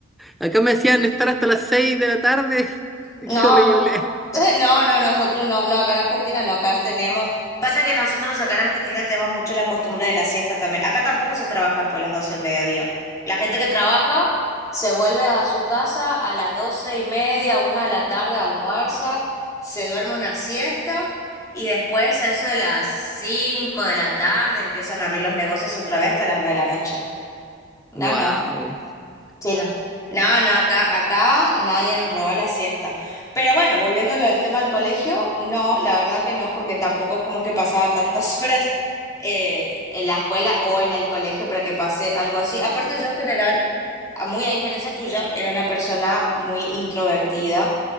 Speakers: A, in the centre; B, on the left (about 15°).
A: Acá me decían estar hasta las 6 de la tarde. <laughs> Qué
B: No,
A: horrible.
B: no. <laughs> No, no, nosotros no, no, acá en Argentina no, acá teníamos, pasa que nosotros acá en Argentina tenemos mucho la costumbre de la siesta también. Acá tampoco se trabaja después de las 12 del mediodía. La gente que trabaja se vuelve a su casa a las doce y media, una de la tarde, almuerza, se duerme una siesta y después a eso de las 5 de la tarde empiezan a abrir los negocios otra vez hasta las 9 de la noche. No,
A: Wow.
B: no. Sí, no. No, no, acá, acá nadie nos roba la siesta. Pero bueno, volviéndolo a tema del colegio, no, la verdad que no, porque tampoco es como que pasaba tantas <laughs> horas eh, en la escuela o en el colegio para que pase algo así. Aparte, yo en general, a- muy a diferencia tuya, era una persona muy introvertida,